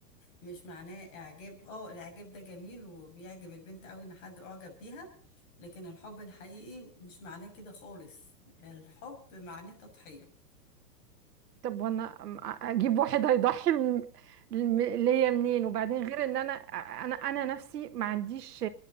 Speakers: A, on the left; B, on the right.
A: مش معناه اعجاب اه الاعجاب ده جميل وبيعجب البنت قوي ان حد اعجب بيها لكن الحب الحقيقي مش معناه كده خالص الحب معناه تضحية
B: طب وانا أم- اجيب واحد هيضحي من- الم- ليا منين وبعدين غير ان انا انا انا نفسي ما عنديش